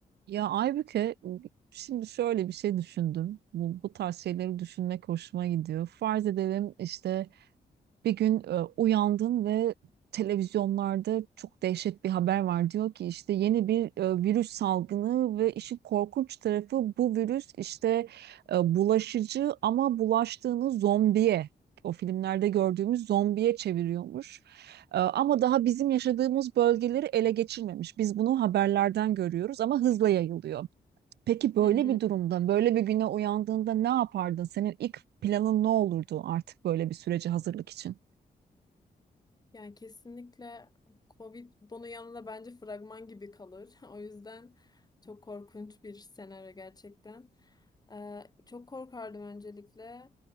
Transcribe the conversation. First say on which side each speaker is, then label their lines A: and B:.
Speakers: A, on the right (about 75°); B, on the left (about 25°).
A: Ya Aybüke, şimdi şöyle bir şey düşündüm. Bu, bu tarz şeyleri düşünmek hoşuma gidiyor. Farz edelim işte bir gün e, uyandın ve televizyonlarda çok dehşet bir haber var. Diyor ki işte yeni bir e, virüs salgını ve işin korkunç tarafı bu virüs işte e, bulaşıcı ama bulaştığını zombiye, o filmlerde gördüğümüz zombiye çeviriyormuş. Ee, Ama daha bizim yaşadığımız bölgeleri ele geçirmemiş. Biz bunu haberlerden görüyoruz ama hızla yayılıyor. Peki böyle
B: Hı hı.
A: bir durumda, böyle bir güne uyandığında ne yapardın? Senin ilk planın ne olurdu artık böyle bir sürece hazırlık için?
B: Yani kesinlikle Covid bunun yanında bence fragman gibi kalır. <laughs> O yüzden çok korkunç bir senaryo gerçekten. Ee, çok korkardım öncelikle.